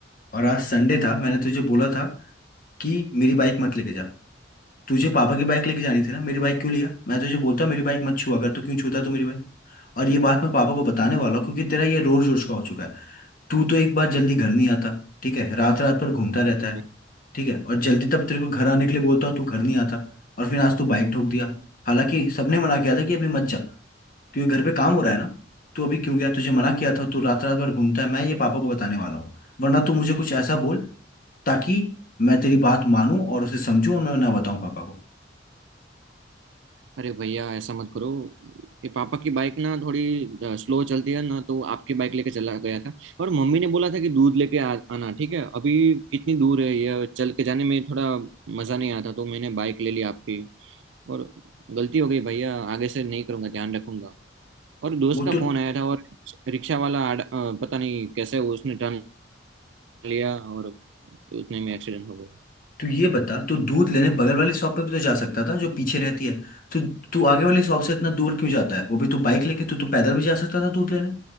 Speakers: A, on the left (about 50°); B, on the right (about 80°).
A: और आज संडे था मैंने तुझे बोला था कि मेरी बाइक मत लेके जा तुझे पापा की बाइक लेके जानी थी ना मेरी बाइक क्यों लिया मैं तुझे बोलता मेरी बाइक मत छुआ कर तो क्यों छूता तू मेरी बाइक और ये बात मैं पापा को बताने वाला हूँ क्योंकि तेरा ये रोज रोज का हो चुका है तू तो एक बार जल्दी घर नहीं आता ठीक है रात रात पर घूमता रहता
B: हम्म।
A: है ठीक है और जल्दी तब तेरे को घर आने के लिए बोलता हूँ तू घर नहीं आता और फिर आज तू बाइक ठोक दिया हालांकि सबने मना किया था कि अभी मत जा क्योंकि घर पे काम हो रहा है ना तू अभी क्यों गया तुझे मना किया था तू रात रात भर घूमता है मैं ये पापा को बताने वाला हूँ वरना तू मुझे कुछ ऐसा बोल ताकि मैं तेरी बात मानूं और उसे समझूं और मैं ना बताऊं पापा को
B: अरे भैया ऐसा मत करो ये पापा की बाइक ना थोड़ी स्लो चलती है ना तो आपकी बाइक लेके चला गया था और मम्मी ने बोला था कि दूध लेके आ, आना ठीक है अभी कितनी दूर है ये चल के जाने में थोड़ा मजा नहीं आता तो मैंने बाइक ले ली आपकी और गलती हो गई भैया आगे से नहीं करूंगा ध्यान रखूंगा और दोस्त
A: वो
B: का
A: तो
B: फोन आया था और रिक्शा वाला आड़- अ, पता नहीं कैसे उसने टर्न लिया और उतने में एक्सीडेंट हो गया
A: तू ये बता तू दूध लेने बगल वाली शॉप पे भी तो जा सकता था जो पीछे रहती है तू तू आगे वाली शॉप से इतना दूर क्यों जाता है वो भी तू बाइक लेके तू तो पैदल भी जा सकता था दूध लेने